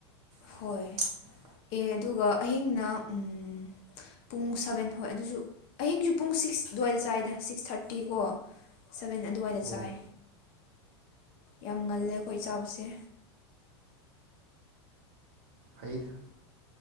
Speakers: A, on the right (about 45°); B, on the left (about 40°).
A: <inaudible>
B: ꯍꯣꯏ ꯑꯦ ꯑꯗꯨꯒ ꯑꯍꯤꯡꯅ ꯎꯝ ꯫ ꯄꯨꯡ ꯁꯚꯦꯟ ꯍꯣꯏ ꯑꯗꯨꯁꯨ ꯑꯍꯤꯡꯁꯨ ꯄꯨꯡ ꯁꯤꯛꯁ ꯑꯗꯨꯋꯥꯏꯗ ꯆꯥꯏꯏꯗ ꯁꯤꯛꯁ ꯊꯥꯔꯇꯤ ꯀꯣ꯫ ꯁꯚꯦꯟ ꯑꯗꯨꯋꯥꯏꯗ
A: ꯑꯣ
B: ꯆꯥꯏ ꯌꯥꯝ ꯉꯜꯂꯦ ꯑꯩꯈꯣꯏ ꯆꯥꯕꯁꯦ꯫
A: ꯐꯩꯒ <unintelligible>